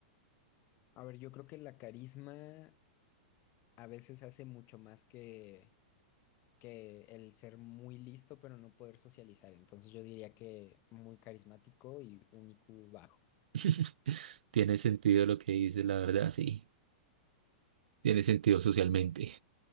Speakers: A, on the left; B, on the right.
A: A ver, yo creo que la carisma a veces hace mucho más que, que el ser muy listo, pero no poder socializar. Entonces yo diría que muy carismático y un IQ bajo.
B: <laughs> Tiene sentido lo que dices, la verdad, sí. Tiene sentido socialmente.